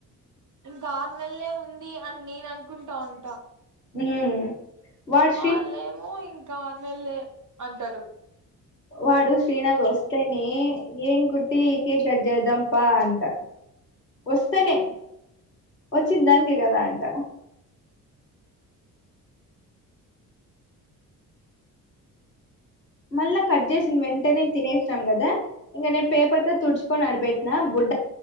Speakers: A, on the right (about 40°); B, on the left (about 90°).
A: ఇంకా మల్లే ఉంది అని నేను అనుకుంటా ఉంటా
B: మ్మ్ వాడు
A: వాళ్ళేమో
B: శ్రీ
A: ఇంకా అన్నల్ే అంటారు
B: వాడు శ్రీనాథ్ వస్తస్తేని ఏంగ్ కుటికేక్ అడ్జ అదంపా అంత వస్తేనే వచ్చిందాకే కదా అంటా మళ్ళా కట్ చేసిిన వెంటనే తినేసినాం కదా ఇంక నేను పేపర్తో తుడుచుకొని అడిపెట్టిను